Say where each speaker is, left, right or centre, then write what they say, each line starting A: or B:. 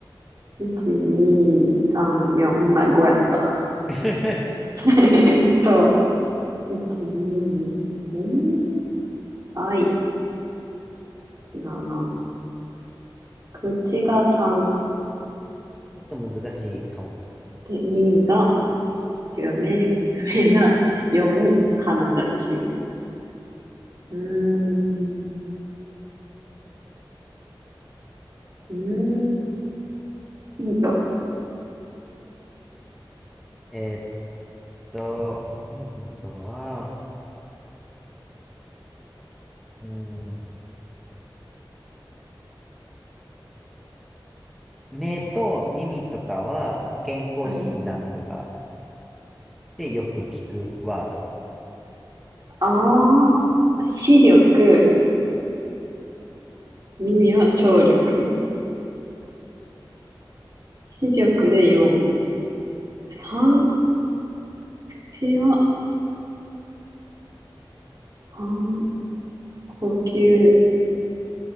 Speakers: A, on the right; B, in the centre.
A: ?1、2、3、4、ほんまや、5やった。
B: <laughs> ち
A: <laughs> えーっと、1、2、えー、あい、違うな。口が3、
B: ょっと難しいかも。
A: で、耳が、違う、目、目が4、鼻が9。うーん。うーん、ヒント。
B: えーと、ヒントは、うん、目と耳とかは健康診断とか
A: うん、
B: でよく聞くワード。
A: ああ、視力、耳は聴力。視力で4。3、口は半呼吸、